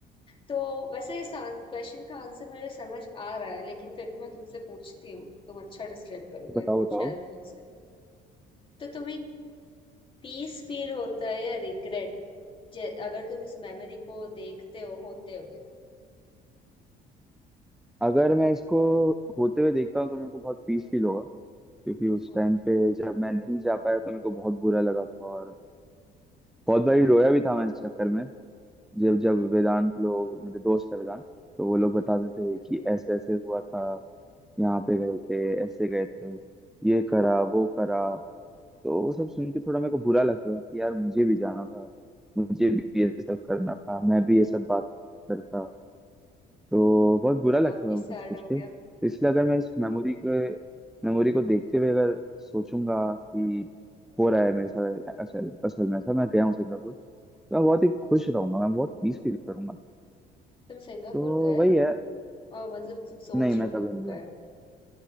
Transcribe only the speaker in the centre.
बताओ बताओ
अगर मैं इसको होते हुए देखता हूँ तो मेरे को बहुत पीस फील होगा क्योंकि उस
टाइम पे
जब मैं नहीं जा पाया तो मेरे को बहुत बुरा लगा था और बहुत बारी रोया भी था मैं इस चक्कर में जब जब
वेदांत लोग मेरे दोस्त है वेदांत तो वो लोग बताते
थे कि ऐसे ऐसे हुआ था यहाँ पे गए थे ऐसे गए थे ये करा वो करा तो वो सब सुन के थोड़ा मेरे को बुरा लग रहा है कि यार मुझे भी जाना था मुझे भी ये सब करना था मैं भी ये सब बात करता तो बहुत बुरा लग
रहा है
वो सब सोच
के
तो इसलिए अगर मैं इस मेमोरी के मेमोरी को देखते हुए अगर सोचूंगा कि हो रहा है मेरे साथ असल असल में ऐसा मैं गया हूँ सिंगापुर तो मैं बहुत ही खुश रहूंगा मैं बहुत पीस फील करूंगा
तो
वही
है
नहीं मैं
कभी
नहीं गया